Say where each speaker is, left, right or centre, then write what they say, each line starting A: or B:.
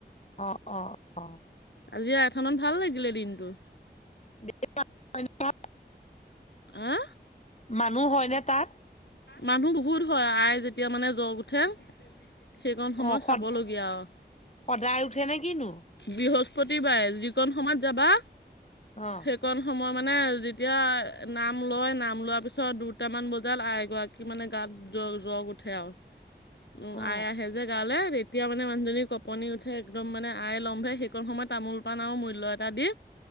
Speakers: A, on the left; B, on the left.
A: অ', অ', অ'।
B: আজি আইথানত ভাল লাগিলে দিনটো।
A: <unintelligible>
B: আ?
A: মানুহ হয়নে তাত?
B: মানুহ বহুত হয়, আই যেতিয়া মানে জ্বৰ উঠে। সেইকণ সময়
A: অ সদ
B: চাবলগীয়া আৰু।
A: সদায় উঠে নে কিনো
B: বৃহস্পতিবাৰে যিকণ সময়ত যাবা
A: অ'।
B: সেইকণ সময় মানে যেতিয়া নাম লয় নাম লোৱাৰ পিছত দুটামান বজাত আইগৰাকী কি মানে গাত জ-জ্বৰ উঠে আৰু।
A: অ
B: আই আহে যে গাঁৱলে তেতিয়া মানে মানুহজনী কপনি উঠে, একদম মানে আয় লম্ভে, সেইকণ সময়ত তামোল পান আৰু মূল্য এটা দি